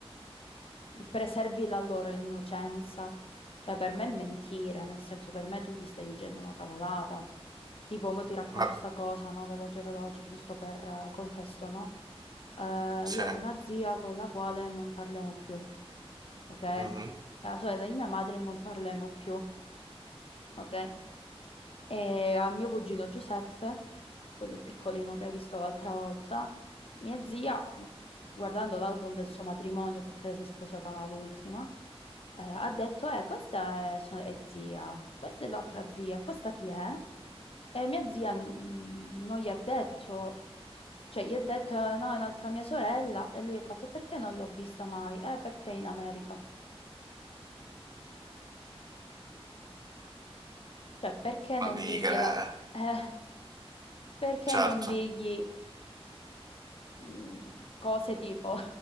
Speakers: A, on the left (about 65°); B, on the right (about 40°).
A: preservi la loro innocenza. Cioè, per me è mentire, nel senso, per me tu gli stai dicendo una cavolata. Tipo, mo ti racconto
B: ma
A: sta cosa, no? Veloce, veloce, giusto per eh, contesto, no? Eh,
B: sì,
A: io ho una zia con la quale non parliamo più ok? E
B: mhm.
A: la sorella di mia madre non parliamo più, ok? E a mio cugino Giuseppe, quello piccolino che hai visto l'altra volta, mia zia, guardando l'album del suo matrimonio, perché lei si è sposata l'ultima, eh, ha detto, eh, questa è, so- è zia, questa è l'altra zia, questa chi è? E mia zia mm, non gli ha detto, cioè gli ha detto, "Eh, no, è un'altra mia sorella, e lui ha fatto, "E perché non l'ho vista mai? Eh, perché è in America? Cioè, perché
B: Non
A: non
B: digli
A: dirgliela?
B: che... ne-
A: <laughs> Eh. Perché
B: Certo,
A: non dirgli mh, cose tipo